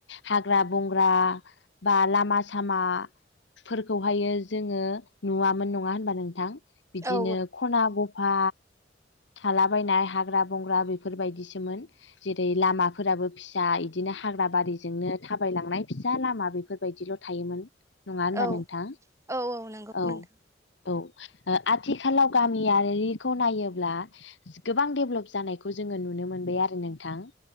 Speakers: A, on the left; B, on the right.
A: हाग्रा बंग्रा बा लामा सामा फोरखौहायो जोङो नुवामोन नङा होनबा नोंथां बिदिनो
B: औ
A: खना ग फा थालाबायनाय हाग्रा बंग्रा बेफोर बायदिसोमोन जेरै लामाफोराबो फिसा इदिनो हा हाग्रा बारिजोंनो थाबायलांनाय फिसा लामा बेफोर बायदिल' थायोमोन। नङा होनबा
B: औ
A: नोंथां
B: औ नंगौ
A: औ।
B: नोंथां
A: औ ओ आथिखालाव गामियारिखौ नायोब्ला गोबां डेभेलप जानायखौ जोङो नुनो मोनबाय आरो नोंथां।